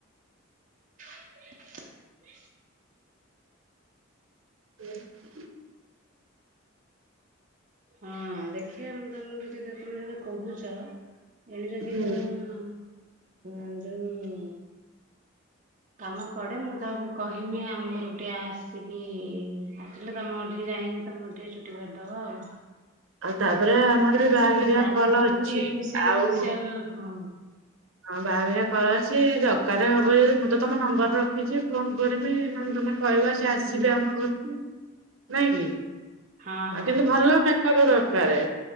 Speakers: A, on the right; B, on the right.
A: <inaudible>
B: <inaudible>
A: ହଁ ଦେଖିବା ତମକୁ ଯଦି ତମେ ଯଦି କହୁଛ ଏଣେ ଯଦି
B: ହୁଁ
A: କଅଣ ଯୋଉ କାମ ପଡେ ମୁଁ ତାକୁ କହିମି ଆମ ଘରକୁ ଟିକେ ଆସିକି ଆସିଲେ ତମ ଘର ଠିକ୍ ଯାଇକି ତମର ଟିକେ ଚୁଟି କାଟିଦେବ ଆଉ।
B: ଆଉ ତାପରେ ଆମର
A: ଟାଇମ୍
B: ବି ବାହାଘରିଆ କଲ
A: ଥିବାକୁ
B: ଅଛି।
A: ଟିକେ ଫେସିଆଲ
B: ଆଉ
A: ଫେସିଆଲ ହଁ
B: ହଁ ବାହାଘରିଆ କଲ୍ ଅଛି ଦରକାର ହବ ଯଦି ମୁଁ ତ ତମ ନମ୍ବର ରଖିଛି। ଫୋନ୍ କରିବି ନ ହେଲେ ତମେ କହିବ
A: ହୁଁ
B: ଯେ ଆସିବେ ଆମ ଘରକୁ। ନାଇ କି?
A: ହଁ
B: ଆ
A: ହଁ
B: କିନ୍ତୁ ଭଲ ମେକ୍ଅପ୍ ଦରକାର।